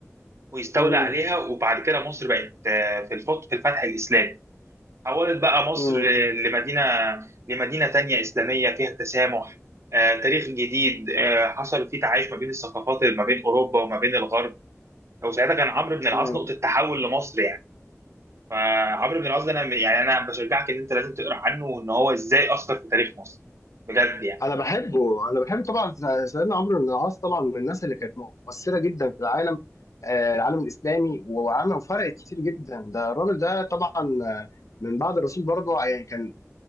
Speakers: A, on the right; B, on the left.
A: ويستولى
B: مم.
A: عليها وبعد كده مصر بقت آه، في الفت- في الفتح الإسلامي حولت بقى مصر
B: مم.
A: لمدينة لمدينة تانية إسلامية فيها تسامح آه، تاريخ جديد آه، حصل فيه تعايش ما بين الثقافات ما بين أوروبا وما بين الغرب وساعتها كان عمرو بن العاص
B: مم.
A: نقطة تحول لمصر يعني فعمرو بن العاص ده أنا يعني أنا بشجعك إن أنت لازم تقرأ عنه وإن هو إزاي أثر في تاريخ مصر بجد يعني
B: انا بحبه انا بحبه طبعا سيدنا عمرو بن العاص طبعا من الناس اللي كانت مؤثره جدا في العالم آه، العالم الاسلامي وعمل وفرقت كتير جدا ده الراجل ده طبعا آه، من بعد الرسول برضه آه، يعني كان